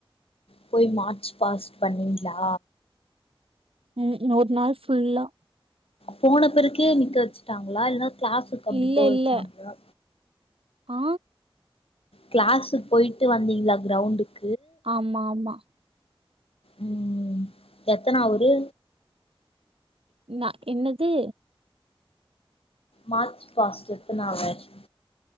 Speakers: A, on the left (about 80°); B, on the right (about 75°).
A: போய் மார்ச் பாஸ்ட் பண்ணீங்லா
B: ம் ஒரு நாள் புல்லா
A: போன பிருக்கே நிக்க வச்சுட்டாங்களா இல்லைன்னா கிளாஸக்கு அப்படி
B: இல்ல
A: போய
B: இல்ல
A: வச்சாங்களா
B: ஆ
A: கிளாஸ்க்கு போயிட்டு வந்தீங்களா கிரயுண்டுக்கு
B: ஆமா ஆமா
A: ம் எத்தனா அவறு
B: என்ன என்னது
A: மார்ச் பஸ்டு நிறுத்தனங்க